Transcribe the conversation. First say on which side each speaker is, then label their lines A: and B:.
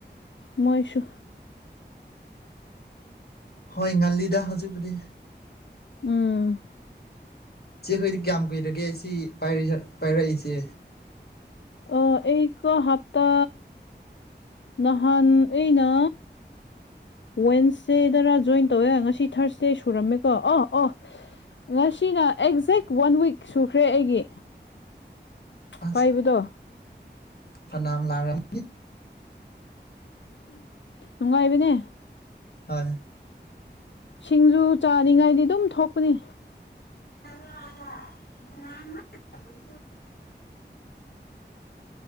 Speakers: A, on the left (about 80°); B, on the left (about 55°).
A: ꯃꯣꯏꯁꯨ
B: ꯍꯣꯏ ꯉꯜꯂꯤꯗ ꯍꯧꯖꯤꯛꯄꯨꯗꯤ
A: ꯎꯝ
B: ꯆꯦ ꯈꯣꯏꯗꯤ ꯀꯌꯥꯝ ꯀꯨꯏꯔꯒꯦ ꯁꯤ ꯄꯥꯏꯔꯛꯏꯁꯦ
A: ꯑꯥ ꯑꯩꯀꯣ ꯍꯞꯇꯥ ꯅꯍꯥꯟ ꯑꯩꯅ ꯋꯦꯗꯅꯁꯗꯦꯗꯔꯥ ꯖꯣꯏꯟ ꯇꯧꯋꯦ ꯉꯁꯤ ꯊꯥꯔꯁꯗꯦ ꯁꯨꯔꯝꯃꯦꯀꯣ ꯑ ꯑꯣ ꯉꯁꯤꯅ ꯑꯩ ꯍꯧꯖꯤꯛ ꯋꯥꯟ ꯋꯤꯛ ꯁꯨꯈ꯭ꯔꯦ ꯑꯩꯒꯤ
B: ꯑꯁ
A: ꯄꯥꯏꯕꯗꯣ
B: ꯐꯅꯥꯝ ꯂꯥꯛꯑꯝꯅꯤ
A: ꯅꯨꯡꯉꯥꯏꯕꯅꯦ
B: ꯍꯣꯏ
A: ꯁꯤꯡꯖꯨ ꯆꯥꯅꯤꯡꯉꯥꯏꯗꯤ ꯑꯗꯨꯝ ꯊꯣꯛꯄꯅꯤ
B: <inaudible>